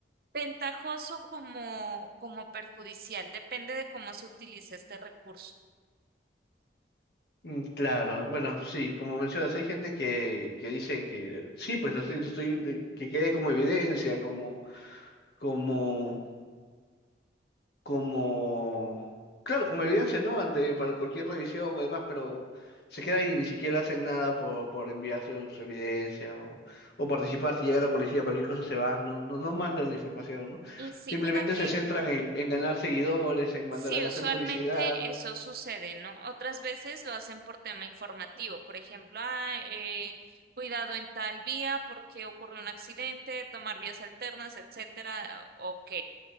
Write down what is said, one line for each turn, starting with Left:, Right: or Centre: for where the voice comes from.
Right: ventajoso como, como perjudicial, depende de cómo se utiliza este recurso.
Left: Mm, Claro, bueno, sí, como mencionas, hay gente que, que dice que sí, pues lo estoy, lo estoy, de- que quede como evidencia, como, como, como, claro, como evidencia, ¿no? Ante para cualquier revisión o demás, pero se queda ahí, ni siquiera hacen nada por, por enviar su, su evidencia o, o participar. Si llega la policía, cualquier cosa se va, no, no, no mandan la información, ¿no?
Right: Y sí,
Left: Simplemente
Right: mira que
Left: se centran en, en ganar seguidores, en mandar,
Right: Sí,
Left: en
Right: usualmente
Left: hacer publicidad,
Right: eso sucede, ¿no? Otras veces lo hacen por tema informativo, por ejemplo, "Ah, eh, cuidado en tal vía porque ocurrió un accidente, tomar vías alternas, etcétera. Ok.